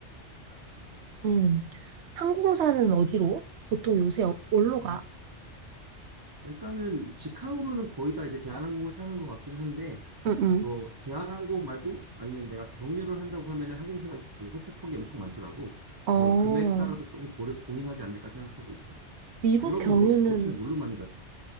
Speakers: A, on the right (about 20°); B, on the right (about 70°).
A: 맞아.
B: 응. 항공사는 어디로? 보통 요새 어- 뭘로
A: 어?
B: 가?
A: 일단은 직항으로는 거의 다 이제 대한항공을 타는 것 같긴 한데,
B: 응응.
A: 그래서 대한항공 말고 아니면 내가 경유를 한다고 하면은 항공사 이제 선택폭이 엄청 많더라고.
B: 어,
A: 그래서 금액 따라서 조금 고려, 고민하지 않을까 생각하고 있어.
B: 미국
A: 유럽은
B: 경유는,
A: 뭐, 보통 뭘로 많이 가지?